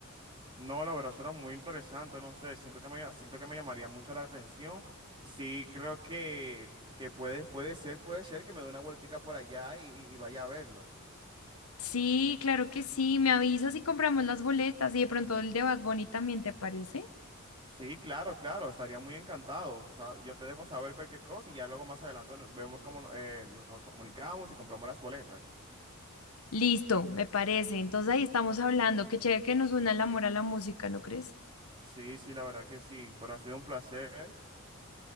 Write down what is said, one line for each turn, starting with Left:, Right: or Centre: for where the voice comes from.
Right: No, la verdad suena muy interesante, no sé, siento que me, siento que me llamaría mucho la atención. Sí, creo que, que puede, puede ser, puede ser que me dé una vueltica por allá y, y vaya a verlo.
Left: Sí, claro que sí. Me avisas y compramos las boletas. Y de pronto el de Bad Bunny también, ¿te parece?
Right: Sí, claro, claro, estaría muy encantado. sa- Yo te dejo saber cualquier cosa y ya luego más adelante vemos cómo no- eh, nos comunicamos y compramos las boletas.
Left: Listo, me parece. Entonces ahí estamos hablando. Qué chévere que nos una el amor a la música, ¿no crees?
Right: Sí, sí, la verdad que sí, pero ha sido un placer.